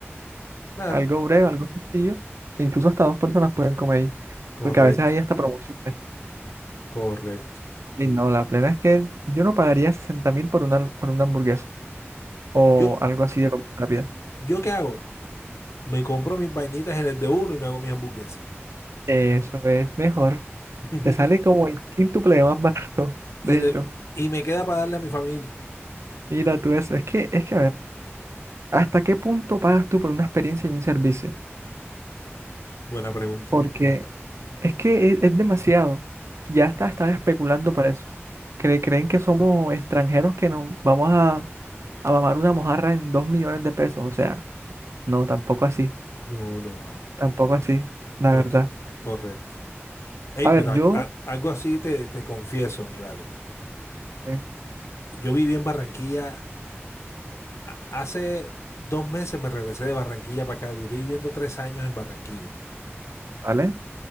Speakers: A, on the left; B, on the right.
A: claro.
B: Algo breve, algo sencillo. e Incluso hasta dos personas pueden comer ahí.
A: Correcto,
B: Porque a veces hay hasta promociones.
A: correcto.
B: Y no, la plena es que yo no pagaría sesenta mil por una, por una hamburguesa o
A: Yo,
B: algo así de comida rápida.
A: ¿yo qué hago? Me compro mis vainitas en el de uno y me hago mis hamburguesas.
B: Eso es mejor.
A: <laughs>
B: Te sale como el quíntuple de más barato, <laughs>
A: Y,
B: de
A: le,
B: hecho.
A: y me queda para darle a mi familia.
B: Mira tú eso. Es que, es que, a ver, ¿hasta qué punto pagas tú por una experiencia y un servicio?
A: Buena pregunta.
B: Porque es que es, es demasiado. Ya está, están especulando para eso. Cre- creen que somos extranjeros que nos vamos a, a mamar una mojarra en dos millones de pesos. O sea, no, tampoco así.
A: No, no, no.
B: Tampoco así, la
A: No
B: verdad.
A: estoy. Correcto. Ey,
B: A
A: pero
B: ver,
A: algo,
B: yo,
A: a- algo así te, te confieso, mi vale.
B: eh,
A: Yo viví en Barranquilla. a- Hace dos meses me regresé de Barranquilla para acá. Duré viviendo tres años en Barranquilla.
B: ¿vale?